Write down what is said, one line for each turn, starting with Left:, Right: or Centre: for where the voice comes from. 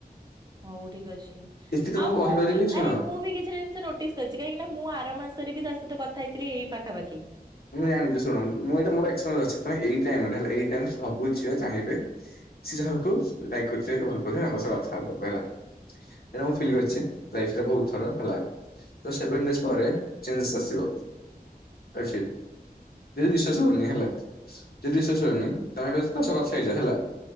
Right: ହଉ ଠିକ ଅଛି,
Left: ଏତିକି ତମକୁ
Right: ଆଉ ମୁଁ
Left: କହିପାରିବି
Right: ବି
Left: ଶୁଣ
Right: ଆରେ ମୁଁ ବି କିଛି ଟା ଜିନିଷ ନୋଟିସ୍ କରିଛି କାହିଁକି ନା ମୁଁ ଆର ମାସରେ ବି ତା ସହିତ କଥା ହେଇଥିଲି ଏଇ ପାାଖାପାଖି।
Left: ମୁଁ ଜାଣିଛି ଶୁଣ ମୁଁ ଏଇଟା ମୋର ଏକ୍ସପେରିଏନସ ଅଛି ତମେ ଏଇ ଟାଇମରେ ହେଲା ଏଇ ଟାଇମ୍ ରେ ସବୁ ଝିଅ ଚାହିଁବେ ସେ ଯାହାକୁ ଲାଇକ୍ କରିଥିଲେ ତ ଭଲ ପାଉ ଥିଲେ ତାଙ୍କ ସହ କଥା ହବ ହେଲା ଏଟା ମୁଁ
Right: ହୁଁ
Left: ଫିଲିମ୍ ରେ ଅଛି। ଲାଇଫରେ ବହୁତଥର ହେଲା ତ ସେଭେନ୍ ଡେଜ ପରେ ଚେଙ୍ଗେସ ଆସିବ। I feel. ଯଦି ବିଶ୍ବାସ ହୋଉନି ହେଲା। ଯଦି ବିଶ୍ୱାସ ହୋଉନି ତା ମାନେ ତା ସହ କଥା ହେଇ ଯାଅ।